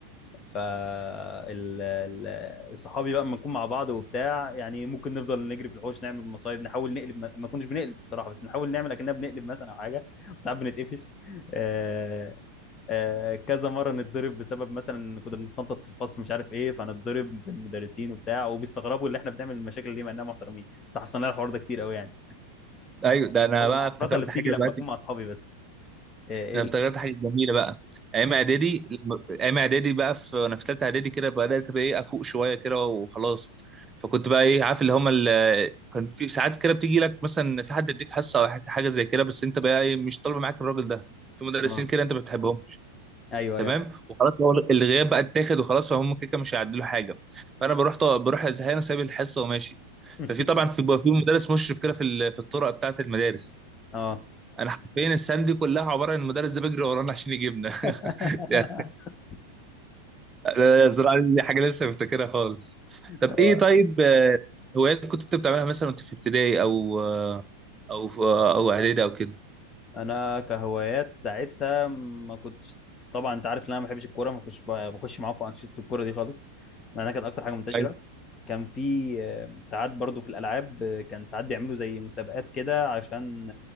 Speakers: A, on the left (about 25°); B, on the right (about 15°).
A: ف ال- ال- صحابي بقى لما نكون مع بعض وبتاع يعني ممكن نفضل نجري في الحوش نعمل مصايب نحاول نقلب ما ما كناش بنقلب الصراحه بس نحاول نعمل اكننا بنقلب مثلا او حاجه <laughs> ساعات بنتقفش آه، آه، كذا مره نتضرب بسبب مثلا إن كنا بنتنطط في الفصل مش عارف ايه فنتضرب بالمدرسين وبتاع وبيستغربوا اللي احنا بنعمل المشاكل دي مع اننا محترمين بس حصل لنا الحوار ده كتير قوي يعني
B: ايوه ده انا
A: هو
B: بقى
A: العفرطه
B: افتكرت
A: اللي بتيجي
B: حاجه
A: لما
B: دلوقتي
A: اكون مع اصحابي بس آه، ايه
B: انا
A: اللي
B: افتكرت حاجه جميله بقى ايام اعدادي لما- ايام اعدادي بقى في وانا في ثالثه اعدادي كده بدات بقى ايه افوق شويه كده وخلاص فكنت بقى ايه عارف اللي هم ال... كان في ساعات كده بتيجي لك مثلا في حد يديك حصه او حاجه حاجة زي كده بس انت بقى ايه مش طالبه معاك الراجل ده في مدرسين
A: اه
B: كده انت ما بتحبهم
A: ايوه
B: تمام
A: ايوه
B: وخلاص هو الغياب بقى اتاخد وخلاص فهم كده كده مش هيعدلوا حاجه فانا بروح طو... بروح زهقان سايب الحصه وماشي
A: <laughs>
B: ففي طبعا في بيبقى في مدرس مشرف كده في ال... في الطرق بتاعه المدارس
A: اه
B: انا حرفيا السنه دي كلها عباره عن المدرس ده بيجري ورانا عشان يجيبنا
A: <laughs>
B: <laughs> يعني أنا بصراحه دي حاجه لسه مفتكرها خالص طب
A: هو
B: ايه طيب آه، هوايات كنت انت بتعملها مثلا وانت في ابتدائي او آه، او في- آه، او اعدادي او كده
A: انا كهوايات ساعتها ما كنتش طبعا انت عارف ان انا ما بحبش الكوره ما كنتش ب- بخش معاهم في انشطه الكوره دي خالص مع انها كانت اكتر حاجه منتشره
B: أيوة.
A: كان في آه، ساعات برضو في الالعاب آه، كان ساعات بيعملوا زي مسابقات كده عشان